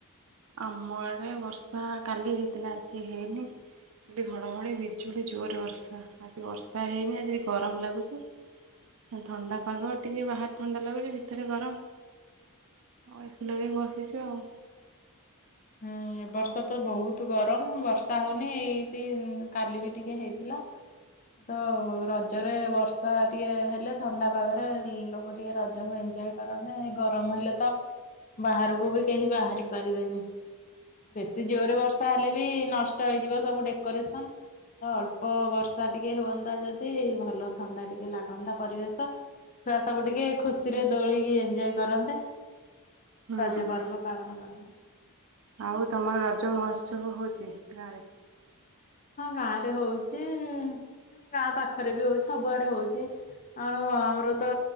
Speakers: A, on the right (about 65°); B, on the left (about 35°).
A: ଆମ ଆଡ଼େ ବର୍ଷା କାଲି ହେଇଥିଲା ଆଜି ହେଇନି। କାଲି ଘଡ଼ଘଡ଼ି ବିଜୁଳି ଜୋରରେ ବର୍ଷା ଆଜି ବର୍ଷା ହେଇନି ଆଜି ଗରମ ଲାଗୁଚି। ଥଣ୍ଡା ପାଗ ଟିକେ ବାହାର ଥଣ୍ଡା ଲାଗୁଚି ଭିତରେ ଗରମ। ଓ ଏସି ଲଗେଇ ବସିଚି ଆଉ।
B: ହୁଁ
A: ହଁ
B: ବର୍ଷା ତ ବହୁତ୍ ତୁ ଗରମ ବର୍ଷା ହଉନି ଏଇ ବି କାଲି ବି ଟିକେ ହେଇଥିଲା। ତ ରଜରେ ବର୍ଷା ଟିକେ ହେଲେ ଥଣ୍ଡା ପାଗରେ ଲୋକ ଟିକେ ରଜକୁ ଏଞ୍ଜୟେ କରନ୍ତେ ଏଇ ଗରମ ହେଲେ ତ ବାହାରକୁ ବି କେହି ବାହାରି ପାରିବେନି। ବେଶୀ ଜୋରେ ବର୍ଷା ହେଲେ ବି ନଷ୍ଟ ହେଇଯିବ ସବୁ ଡେକୋରେସନ୍। ତ ଅଳ୍ପ ବର୍ଷା ଟିକେ ହୁଅନ୍ତା ଯଦି ଭଲ ଥଣ୍ଡା ଟିକେ ଲାଗନ୍ତା ପରିବେଶ। ଛୁଆ ସବୁ ଟିକିଏ ଖୁସି ରେ ଦୋଳି କି ଏଞ୍ଜୟେ କରନ୍ତେ।
A: ହୁଁ
B: ରଜ
A: ହୁଁ
B: ପର୍ବ ପାଳନ କରନ୍ତେ।
A: ଆଉ ତମର ରଜ ମହୋତ୍ସବ ହଉଚି ଗାଁ ରେ?
B: ହଁ ଗାଁ ରେ ହଉଚି ଇ ଇ ଗାଁ ପାଖରେ ବି ହଉଚି ସବୁଆଡ଼େ ହଉଚି। ଆଣୁ ଆଉ ଆମର ତ